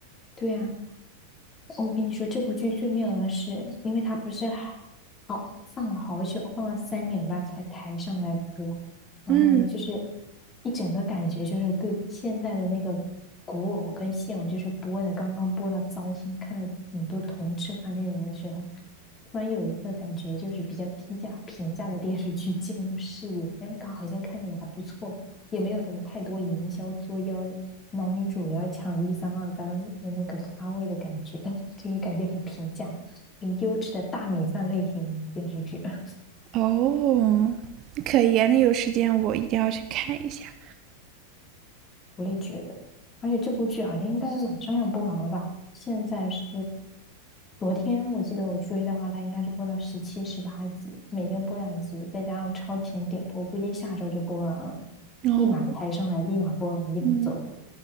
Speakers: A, on the left; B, on the right.
A: 对呀、哦我跟你说，这部剧最妙的是，因为它不是好放了好久，放了三年吧才抬上来播，然后呢，
B: 嗯，
A: 就是一整个感觉就是对现在的那个古偶跟现偶，就是播的刚刚播到糟心，看了很多同质化内容的时候，突然有一个感觉就是比较低价平价的电视剧进入视野，那个好像看着也还不错，也没有什么太多营销作妖，男女主要抢一番、二番的那个咖位的感觉，<laughs> 嗯，这是感觉很平价、很优质的大米饭类型电视剧，<laughs>
B: 哦，可以啊那有时间我一定要去看一下。
A: 我也觉得。而且这部剧好像应该马上要播完了吧？现在是昨天，我记得我追的话，它应该是播到十七、十八集，每天播两集，再加上超前点播，估计下周就播完了，
B: 哦，
A: 立马抬上来，立马播完，立马走。
B: 嗯，